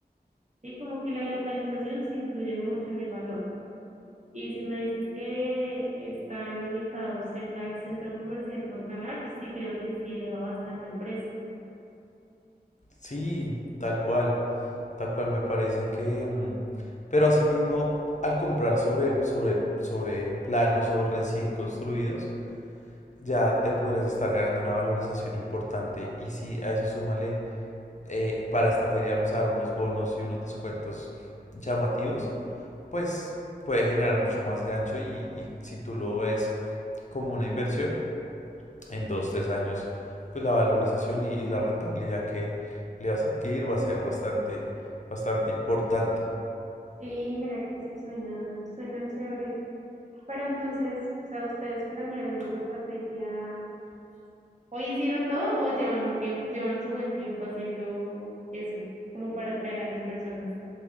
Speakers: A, on the right; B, on the left.
A: Sí, como que la localización sí influye mucho en el valor. Y si me dices que están ubicados cerca del centro comercial Fontanar, sí creo que sí eleva bastante el precio.
B: Sí, tal cual, tal cual me parece que... mm, Pero asimismo, al comprar sobre, sobre, sobre planos o recién construidos, ya te podrías estar ganando una valorización importante. Y si a eso súmale, eh, para esta feria vamos a dar unos bonos y unos descuentos llamativos, pues puede generar mucho más gancho y, y si tú lo ves como una inversión, en dos, tres años, pues la valorización y, y la rentabilidad que le vas a adquirir va a ser bastante, bastante importante.
A: Sí, mira que sí suena, suena chévere. Pero entonces, o sea, ¿ustedes planearon esa estrategia? ¿Hoy hicieron todo o llevan un tiempo, llevan su buen tiempo haciendo eso, como para atraer a las personas?